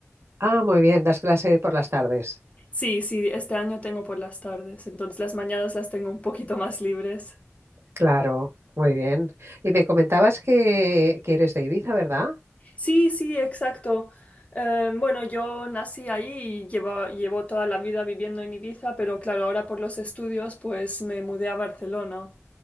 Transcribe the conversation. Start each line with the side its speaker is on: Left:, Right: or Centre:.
Right: ah, muy bien, das clase por las tardes.
Left: Sí, sí, este año tengo por las tardes, entonces las mañanas las tengo un poquito más libres.
Right: Claro, muy bien. Y me comentabas que, que eres de Ibiza, ¿verdad?
Left: Sí, sí, exacto. Em, bueno, yo nací ahí y llevo, llevo toda la vida viviendo en Ibiza, pero claro, ahora por los estudios pues me mudé a Barcelona.